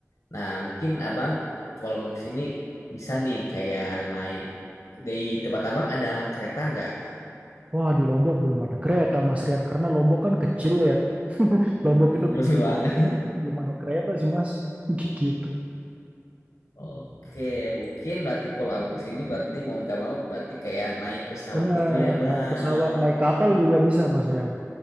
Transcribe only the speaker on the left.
Nah mungkin abang kalau mau ke sini bisa nih kayak naik. Di tempat abang ada kereta nggak?
Betul
<laughs> banget.
Oke, mungkin berarti kalau abang sini berarti mau nggak mau berarti kayak naik pesawat
gitu ya bang.
Mm.